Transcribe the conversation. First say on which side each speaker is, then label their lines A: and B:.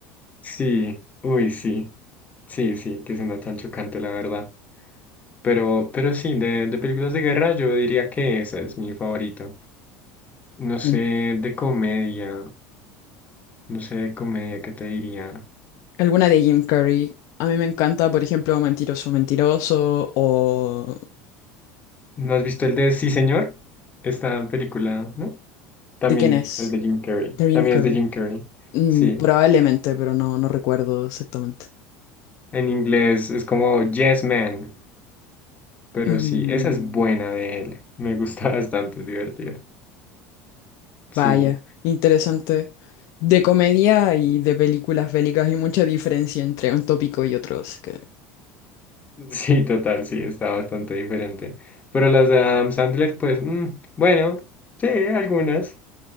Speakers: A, on the left; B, on the left.
A: Sí, uy, sí. Sí, sí, que suena tan chocante, la verdad. Pero, pero sí, de, de películas de guerra, yo diría que esa es mi favorita. No
B: En-
A: sé, de comedia. No sé, de comedia, ¿qué te diría?
B: Alguna de Jim Carrey. A mí me encanta, por ejemplo, Mentiroso, Mentiroso o...
A: ¿No has visto el de Sí, señor? Esta película, ¿no? También
B: ¿De quién es?
A: es de Jim Carrey.
B: De Jim
A: También
B: Carrey.
A: es de Jim Carrey.
B: Mm,
A: Sí.
B: probablemente, pero no, no recuerdo exactamente.
A: En inglés es como Yes Man. Pero
B: Mm,
A: sí, esa es buena de él. Me gusta <laughs> bastante, es divertida. Sí.
B: Vaya, interesante. De comedia y de películas bélicas hay mucha diferencia entre un tópico y otro. así que-
A: Sí, total, sí, está bastante diferente. Pero las de Adam Sandler, pues, mm, bueno, sí, algunas.